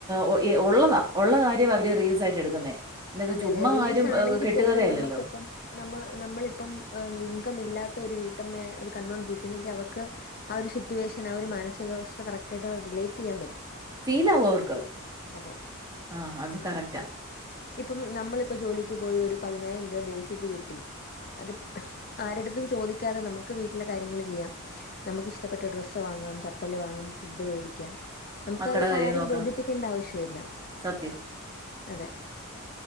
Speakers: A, on the right; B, on the left.
A: ഊ ഈ ഉള്ളതാ ഉള്ള കാര്യമാ അവര് റീൽസ് ആയിട്ട് എടുക്കുന്നേ അല്ലാതെ
B: അതെ
A: ചുമ്മാ
B: അതെ റീൽസ്
A: ആരും
B: ആണെങ്കിൽ
A: ഏഹ്, കെട്ടുകഥയല്ലല്ലോ.
B: പോലും നമ്മക്കിപ്പം നമ്മ നമ്മളിപ്പം ഇൻകം ഇല്ലാത്ത ഒരു വീട്ടമ്മേ അത് കണ്ടോണ്ടിരിക്കുന്നെങ്കി അവക്ക് ആ ഒരു സിറ്റുവേഷൻ ആ ഒരു മാനസികാവസ്ഥ കറക്റ്റ് ആയിട്ട് റിലേറ്റ് ചെയ്യാൻ പറ്റും
A: ഫീലാവും അവർക്ക്
B: അതെ
A: ആ അത് കറക്റ്റാ
B: ഇപ്പം നമ്മളിപ്പോ ജോലിക്ക് പോയി ഒരു പതിനായിരം രൂപ ബേസിക്ക് കിട്ടി അത്പ് ആ ആരുടത്തും ചോദിക്കാതെ നമുക്ക് വീട്ടിലെ കാര്യങ്ങള് ചെയ്യാം നമ്മക്ക് ഇഷ്ടപ്പെട്ട ഡ്രസ്സ് വാങ്ങാം ചപ്പല് വാങ്ങാം ഫുഡ് വേടിക്കാം നമുക്കത്പ്പോ
A: മക്കടെ കാര്യം
B: ആരിം
A: നോക്കാം.
B: ബോധിപ്പിക്കേണ്ട ആവശ്യ ഇല്ല
A: സത്യം.
B: അതെ